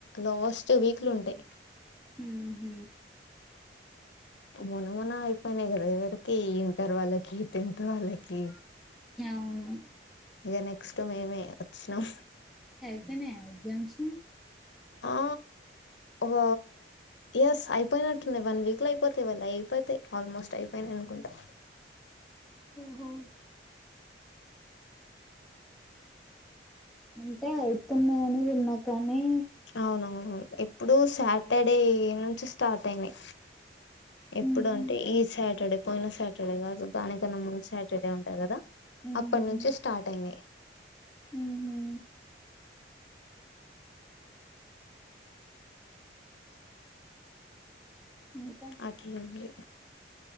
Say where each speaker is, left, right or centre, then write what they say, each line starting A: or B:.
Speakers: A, on the left; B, in the centre.
A: లాస్ట్ వీక్లుంటయి.
B: హ్ హ్
A: మొన్న మొన్న అయిపోయినయి గదా ఎవరికి ఇంటర్ వాళ్ళకి టెన్త్ వాళ్ళకి
B: అవును
A: ఇగ నెక్స్ట్ మేమే వచ్చినం
B: అయిపోయినా ఎగ్జామ్స్
A: ఆ ఒక ఎస్ అయిపోయినట్టుంది వన్ వీక్ల అయిపోతయి వాళ్ళయి అయిపోతాయి ఆల్మోస్ట్ అయిపోయినయి అనుకుంటా
B: ఓహో అంటే అయితున్నయి అని విన్నా కాని
A: అవునవును ఎప్పుడు సాటర్ డే నుంచి స్టార్ట్ అయినయి ఎప్పుడూ
B: ఉహు
A: అంటే ఈ సాటర్డే పోయిన సాటర్డే కాదు దానికన్నా ముందు సాటర్డే ఉంటంది కదా
B: ఉహు
A: అప్పటి నుంచి స్టార్ట్ అయినయి
B: ఉహు ఇంకా
A: అట్లుంది.